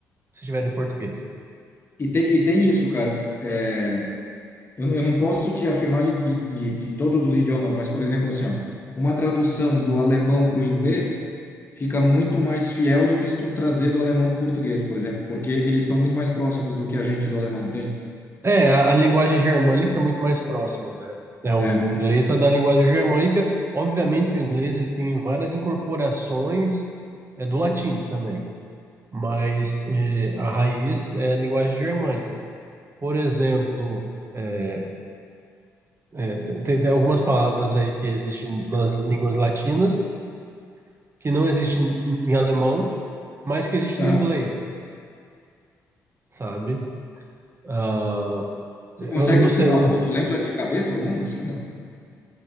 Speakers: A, on the right (about 35°); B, on the left (about 30°).
A: se estiver em português.
B: e, te, e tem isso, cara. É, Eu, eu não posso te afirmar de, de, de, de todos os idiomas, mas, por exemplo, assim, ó, uma tradução do alemão para o inglês fica muito mais fiel do que se tu trazer do alemão para o português, por exemplo, porque eles estão muito mais próximos do que a gente do alemão, entende?
A: É, a, a linguagem germânica é muito mais próxima, né? É, o
B: É.
A: inglês está da linguagem germânica. Obviamente, o inglês ele tem várias incorporações é, do latim também. mas eh, a raiz é a linguagem germânica. Por exemplo, eh, eh, tem, tem algumas palavras aí que existem nas línguas latinas, que não existem em alemão, mas que existem
B: Aham.
A: no inglês, sabe? Ah, eu
B: Tu consegue
A: não
B: citar
A: sei, eu não-
B: uma? Tu lembra de cabeça alguma? Sim, não?